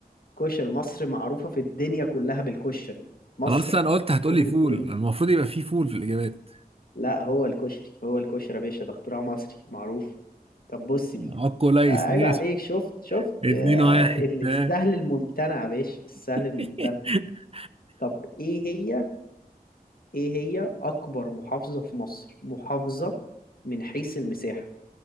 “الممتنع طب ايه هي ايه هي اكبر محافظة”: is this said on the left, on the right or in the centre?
Left